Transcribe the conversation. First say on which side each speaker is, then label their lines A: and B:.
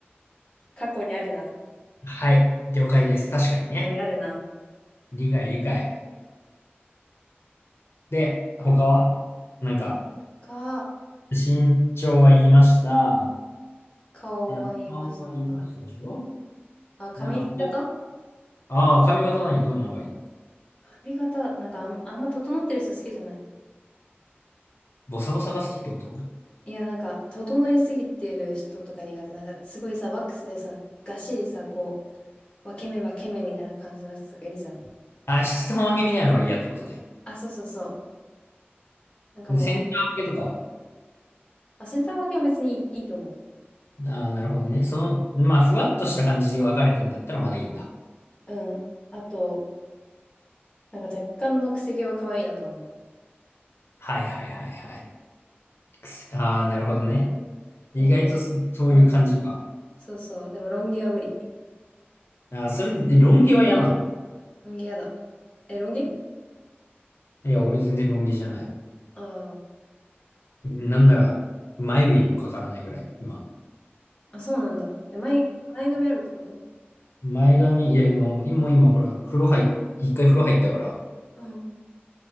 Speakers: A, on the left (about 25°); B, on the left (about 70°).
A: 過去にあるな。
B: はい。了解です。確かにね。
A: 過去にあるな。
B: 理解理解。で、他はなんか、
A: が、
B: 身長は言いました。
A: 顔は言いました。
B: で、顔は言いましたでしょ
A: あ、髪型
B: なんか他に、ああ、髪型何どんなのがいいの
A: 髪型、なんかあん、あんま整ってる人好きじゃない。
B: ボサボサが好きってこと
A: いや、なんか、整いすぎてる人とか苦手。なんか、すごいさ、ワックスでさ、がっしりさ、こう、分け目分け目みたいな感じの人とかいるじゃん。
B: あ、七三分けみたいなのは嫌ってことね。
A: あ、そうそうそう。なんかもう、
B: でセンター分けとかは。
A: あ、センター分けは別にいい、いいと思
B: ああ、なるほどね。その、まあ、ふわっとした感じで分かれてんだったらまだいいんだ。
A: う。うん。あと、なんか若干のくせ毛は可愛いなとは思う。
B: はいはいはいはい。くせああ、なるほどね。
A: でも、
B: 意外とそ、そういう感じか。
A: うん。そうそう。でも、ロン毛は無理。
B: ああ、それで、ロン毛は嫌なの
A: ロン毛やだ。え、ロン毛
B: いや、俺全然ロン毛じゃない。
A: ああー、
B: なんなら、眉毛にもかからないぐらい、今。
A: あ、そうなんだ。え、前、前髪あるってこと
B: 前髪、いや、もう、今、もう今、ほら、風呂入っ、一回風呂入ったから、
A: うん。